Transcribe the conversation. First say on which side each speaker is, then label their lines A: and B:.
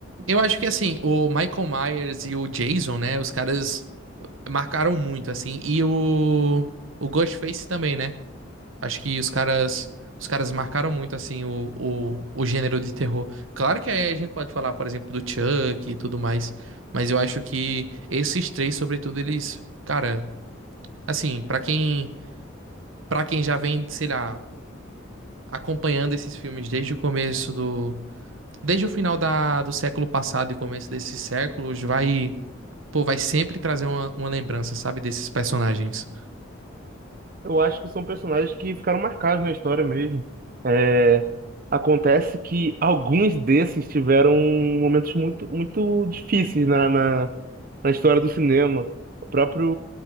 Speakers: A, on the right; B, on the right.
A: eu acho que assim, o Michael Myers e o Jason, né? Os caras marcaram muito assim, e o o Ghostface também, né? Acho que os caras, os caras marcaram muito assim o, o, o gênero de terror. Claro que aí a gente pode falar, por exemplo, do Chuck e tudo mais, mas eu acho que esses três, sobretudo, eles, cara, assim, pra quem, para quem já vem, sei lá, acompanhando esses filmes desde o começo do, desde o final da, do século passado e começo desses séculos, vai, pô, vai sempre trazer uma, uma lembrança, sabe, desses personagens.
B: Eu acho que são personagens que ficaram marcados na história mesmo. É, acontece que alguns desses tiveram momentos muito, muito difíceis na, na, na história do cinema. O próprio